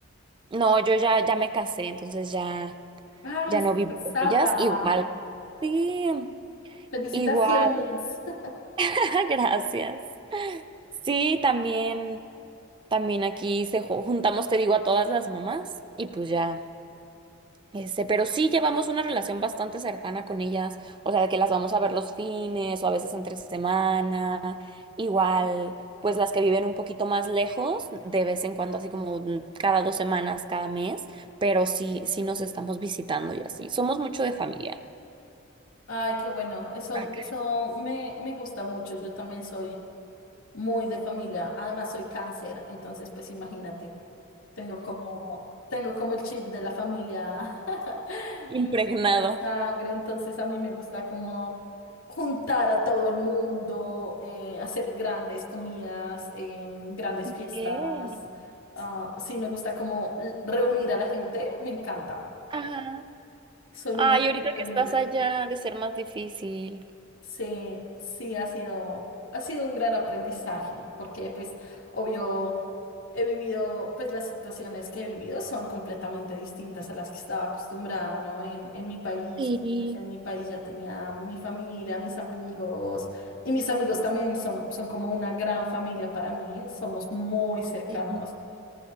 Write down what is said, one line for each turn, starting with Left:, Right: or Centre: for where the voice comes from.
Right: no, yo ya, ya me casé, entonces ya,
Left: Ah,
Right: ya
Left: estás
Right: no vivo
Left: casada.
Right: con ellas. Igual, sí,
Left: Felicitaciones.
Right: igual,
Left: <laughs>
Right: <laughs> gracias. Sí, también, también aquí se ju- juntamos, te digo, a todas las mamás y pues ya. Este, pero sí llevamos una relación bastante cercana con ellas, o sea, de que las vamos a ver los fines o a veces entre semana, igual, pues las que viven un poquito más lejos, de vez en cuando, así como mm, cada dos semanas, cada mes, pero sí, sí nos estamos visitando y así. Somos mucho de familia,
Left: Ay, qué bueno. Eso,
Right: Acá.
Left: eso me, me gusta mucho. Yo también soy. muy de familia. Además, soy cáncer, entonces, pues imagínate, tengo como, tengo como el chip de la familia <laughs>
Right: impregnado.
Left: metido en la sangre, entonces a mí me gusta como juntar a todo el mundo, eh, hacer grandes comidas, em, grandes
Right: Ok.
Left: fiestas. Ah, sí, me gusta como l- reunir a la gente, me encanta.
Right: Ajá.
Left: Soy
Right: Ay,
Left: muy,
Right: ahorita que
Left: soy
Right: estás
Left: muy de-
Right: allá, ha de ser más difícil.
Left: Sí, sí, ha sido, ha sido un gran aprendizaje, porque pues, obvio he vivido, pues las situaciones que he vivido son completamente distintas a las que estaba acostumbrada, ¿no? En, en mi país,
Right: Sí,
Left: porque, pues, en mi país ya tenía mi familia, mis amigos, y mis amigos también son, son como una gran familia para mí, somos muy cercanos.
Right: sí,